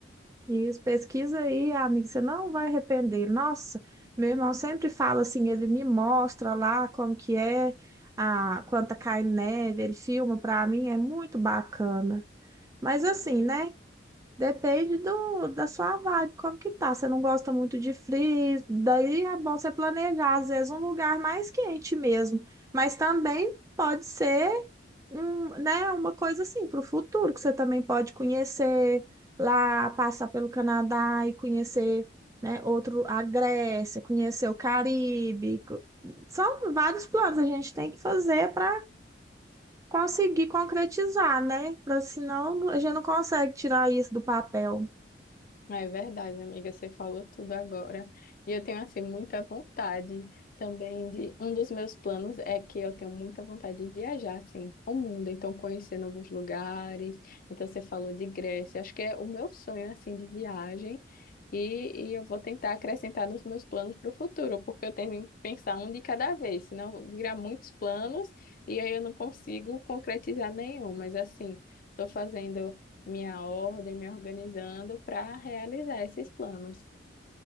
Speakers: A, on the right; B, on the left.
A: Isso, pesquisa aí, amigo, você não vai arrepender. Nossa, meu irmão sempre fala assim, ele me mostra lá como que é, a, quando tá caindo neve, ele filma pra mim, é muito bacana. Mas assim, né, depende do, da sua vibe, como que tá. Você não gosta muito de frio, daí é bom você planejar, às vezes, um lugar mais quente mesmo. Mas também pode ser um, né, uma coisa assim para o futuro, que você também pode conhecer lá, passar pelo Canadá e conhecer, né, outro, a Grécia, conhecer o Caribe. Co- São vários planos a gente tem que fazer para conseguir concretizar, né? Para senão a gente não consegue tirar isso do papel.
B: É verdade, amiga, você falou tudo agora. E eu tenho, assim, muita vontade também de... Um dos meus planos é que eu tenho muita vontade de viajar, assim, ao mundo. Então, conhecer novos lugares. Então, você falou de Grécia. Acho que é o meu sonho, assim, de viagem. E, e eu vou tentar acrescentar nos meus planos para o futuro, porque eu tenho que pensar um de cada vez, senão eu virar muitos planos e aí eu não consigo concretizar nenhum. Mas, assim, estou fazendo minha ordem, me organizando para realizar esses planos.